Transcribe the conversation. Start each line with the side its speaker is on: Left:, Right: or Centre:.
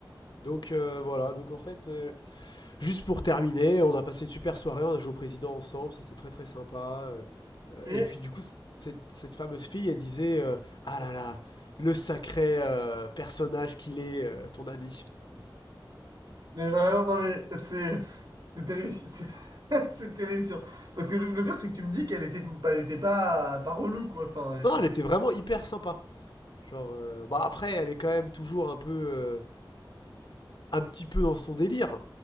Left: Donc euh, voilà, donc en fait, euh, Juste pour terminer, on a passé une super soirée, on a joué au président ensemble, c'était très très sympa. Euh, euh,
Right: Et,
Left: Et puis du coup, c- cette, cette fameuse fille, elle disait euh, Ah là là, le sacré euh, personnage qu'il est, euh, ton ami.
Right: mais vraiment, non, mais c'est c'est terrifiant. <laughs> C'est c'est terrifiant. Parce que le, le pire, c'est que tu me dis qu'elle était, bah, elle était pas, pas relou, quoi. Enfin, elle
Left: Non,
Right: était.
Left: elle était vraiment hyper sympa. Genre, euh, bah après, elle est quand même toujours un peu, euh, un petit peu dans son délire.